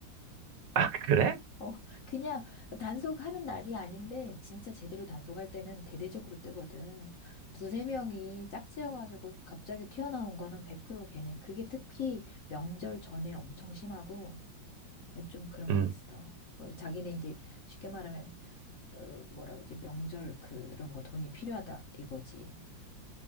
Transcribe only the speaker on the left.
어, 그냥 단속하는 날이 아닌데, 진짜 제대로 단속할 때는 대대적으로 뜨거든. 두세 명이 짝지어가지고 갑자기 튀어나온 거는 100% 걔네. 그게 특히 명절 전에 엄청 심하고, 좀 그런
게 있어. 어, 자기네 이제 쉽게 말하면, 어, 뭐라 그러지, 명절 그런 거 돈이 필요하다, 이거지.